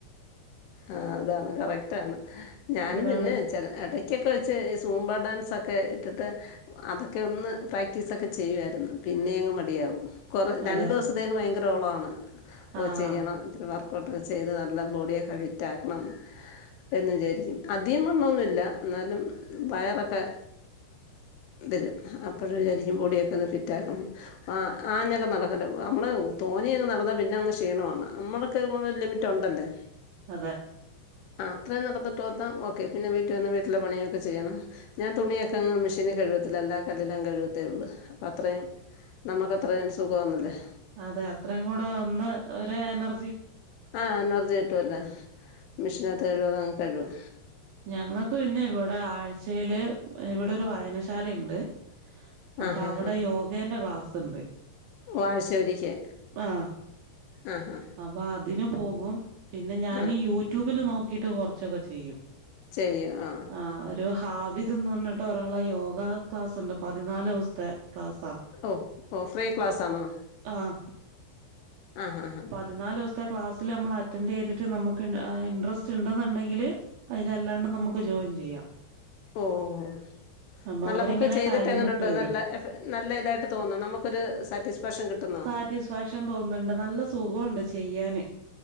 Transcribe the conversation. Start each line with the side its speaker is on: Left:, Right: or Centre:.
Left: ആഹ് അതാണ് കറക്റ്റാണ് ഞാനും
Right: അതാണ്
Left: പിന്നെ ചെല എടക്ക്യൊക്കെ വെച്ച് സൂമ്പാ ഡാൻസൊക്കെ ഇട്ടിട്ട് അതൊക്കെ ഒന്ന് പ്രാക്ടീസൊക്കെ ചെയ്യുവായിരുന്നു. പിന്നെ അങ്ങ് മടിയാവും കുറ രണ്ടു
Right: അതെ
Left: ദിവസത്തേക്ക് ഭയങ്കരോളവാണ് ഓഹ്
Right: ആഹ്
Left: ചെയ്യണം ത്തിരി വർക്കഔട്ടൊക്കെ ചെയ്ത് നല്ല ബോഡിയൊക്കെ ഫിറ്റാക്കണം. എന്ന് വിചാരിക്കും അധികം വണ്ണൊന്നുല്ല എന്നാലും വയറൊക്കെ വരും അപ്പഴ് വിചാരിക്കും ബോഡിയൊക്കെ ഒന്ന് ഫിറ്റാക്കണം. ആഹ് ആഞ്ഞൊക്കെ നടക്കട്ടെ നമ്മള് തോനയങ്ങ് നടന്നാ പിന്നെ അങ്ങ് ക്ഷീണമാണ് നമ്മള് ക്ക് ലിമിറ്റ്ണ്ടല്ലേ?
Right: അതെ
Left: അത്ര നടന്നിട്ട് ന്നാ ഓക്കെ പിന്നെ വീട്ടിൽ വന്ന് വര്ല പണിയക്കെ ചെയ്യണം. ഞാൻ തുണിയക്കെ അങ്ങ് മെഷീന് കഴിവത്തില്ല അല്ലാ കല്ലിൽ കഴിവത്തേ ഉള്ളൂ അപ്പ അത്രേ നമുക്ക് അത്രയും സുഖമാന്നല്ലേ.
Right: അതെ അത്രയും കൂടെ ഒന്ന് ഒരു എനർ
Left: ആഹ് എനർജി കിട്ടുവല്ലേ മെഷീനകത്ത് കഴുവാതെ അങ്ങ് കഴുകും.
Right: ഞങ്ങൾക്ക് പിന്നെ ഇവടെ ആഴ്ച്ചേൽ ഇവടെ ഒരു വായനശാല ഇണ്ട്. അപ്പ
Left: ആ ഹാ
Right: അവടെ യോഗേന്റെ ക്ലാസ്സ്ണ്ട്.
Left: വാഹ്ച ഒരിക്കേ
Right: ആഹ്
Left: ആഹ് ആഹ്
Right: അപ്പ അതിന് പോകും പിന്നെ ഞാനി
Left: ആ
Right: യൂട്യൂബില് നോക്കിട്ട് കൊറച്ചൊക്കെ ചെയ്യും.
Left: ചെയ്യും ആഹ്
Right: ആഹ് ഒരു ഹാബിത് ന്ന് ർഞ്ഞിട്ട് ഒരാളെ യോഗ ക്ലാസ്ണ്ട് പതിനാല് ദിവസത്തെ ക്ലാസ്സാ.
Left: ഓഹ് ഓഫ്രീ ക്ലാസ്സ് ആണോ
Right: ആഹ്
Left: ആഹ് ആഹ്
Right: പതിന്നാല് ദിവസത്തെ ക്ലാസ്സിൽ നമ്മൾ അറ്റൻഡ് യ്തിട്ട് നമുക്ക് ഇൻ ഇൻട്രസ്റ്റ് ഇണ്ടെന്നുണ്ടെങ്കില് അതിലല്ലാണ്ട് നമുക്ക് ജോയിൻ ചെയ്യാം.
Left: ഓഹ്
Right: അപ്പൊ
Left: നല്ല
Right: അവരിങ്ങനെ
Left: നമുക്ക് ചെയ്തിട്ട്
Right: ടൈം
Left: എങ്ങനുണ്ട്
Right: ഇട്ട് തരും
Left: നല്ല എഫ നല്ല ഇതായിട്ട് തോന്നുന്നോ നമുക്കൊരു സാറ്റിസ്ഫാക്ഷൻ കിട്ടുന്നോ?
Right: സാറ്റിസ്ഫാക്ഷൻ തോന്നുണ്ട് നല്ല സുഖോണ്ട് ചെയ്യാന്.